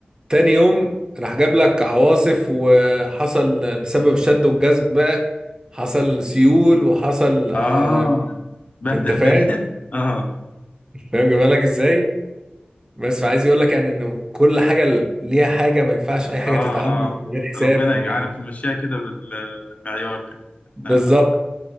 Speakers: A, on the right; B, on the left.
A: تاني يوم راح جاب لك عواصف وحصل بسبب الشد والجذب بقى حصل سيول وحصل آه
B: اه بهدل
A: انت فاهم
B: الدنيا <laughs> اه
A: فاهم جايبها لك ازاي بس فعايز يقول لك يعني انه كل حاجه ليها حاجه ما ينفعش اي حاجه
B: اه
A: تتعامل
B: اه
A: من غير حساب
B: ربنا
A: ما
B: يعرف
A: ي-
B: يمشيها كده بال- بالمعيار كده احنا
A: بالظبط